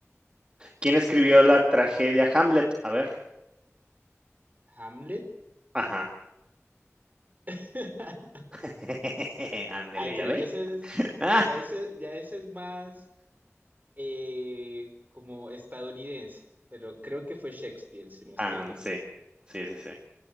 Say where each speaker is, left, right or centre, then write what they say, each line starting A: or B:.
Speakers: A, on the right; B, on the right.
A: ¿quién escribió la tragedia Hamlet? A ver.
B: Hamlet.
A: Ajá.
B: <laughs>
A: <laughs> Ándele,
B: Ay, pero
A: ¿ya ve?
B: ya ese es,
A: Ah,
B: ya ese, ya ese es más eh, como estadounidense, pero creo que fue Shakespeare, si no estoy
A: am,
B: mal.
A: sí. Sí, sí, sí.